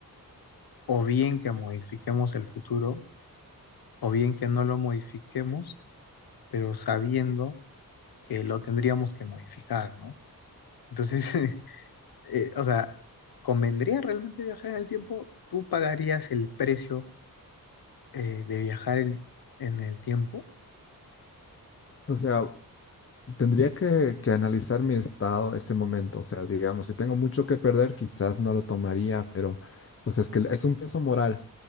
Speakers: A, on the left (about 80°); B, on the left (about 40°).
A: o bien que modifiquemos el futuro, o bien que no lo modifiquemos, pero sabiendo que lo tendríamos que modificar, ¿no? Entonces, <laughs> eh, o sea, ¿convendría realmente viajar en el tiempo? ¿Tú pagarías el precio? eh, de viajar el- en el tiempo.
B: O sea, Tendría que, que analizar mi estado ese momento, o sea, digamos, si tengo mucho que perder, quizás no lo tomaría, pero, o sea, es que es un peso moral.